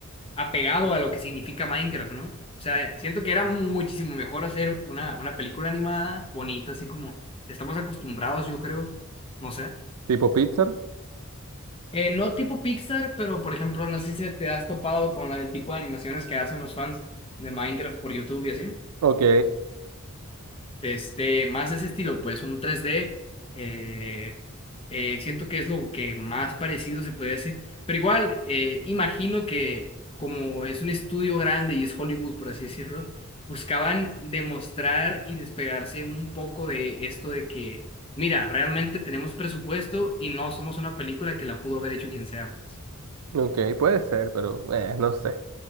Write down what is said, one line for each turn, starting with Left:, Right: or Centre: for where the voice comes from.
Left: apegado a lo que significa Minecraft, ¿no? O sea, siento que era muchísimo mejor hacer una, una película animada bonita, así como estamos acostumbrados, yo creo, no sé.
Right: Tipo Pixar,
Left: Eh, no tipo Pixar, pero por ejemplo, no sé si te has topado con la- el tipo de animaciones que hacen los fans de Minecraft por YouTube y así.
Right: ok,
Left: de este, más de ese estilo, pues un 3D. eh, eh, siento que es lo que más parecido se puede decir. Pero igual, eh, imagino que como es un estudio grande y es Hollywood, por así decirlo, buscaban demostrar y despegarse un poco de esto de que, mira, realmente tenemos presupuesto y no somos una película que la pudo haber hecho quien sea, pues.
Right: Ok, puede ser, pero eh, no sé.